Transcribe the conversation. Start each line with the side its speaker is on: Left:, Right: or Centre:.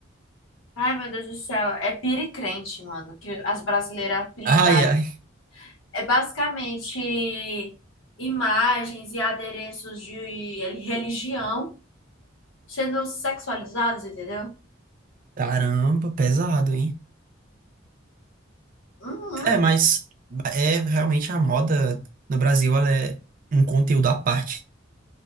Left: Ai, meu Deus do céu, é piricrente, mano, que as brasileiras apelidaram.
Right: Ai, ai,
Left: É basicamente imagens e adereços de religião sendo sexualizados, entendeu?
Right: caramba, pesado, hein?
Left: Uhum.
Right: É, mas é realmente a moda no Brasil, ela é um conteúdo à parte.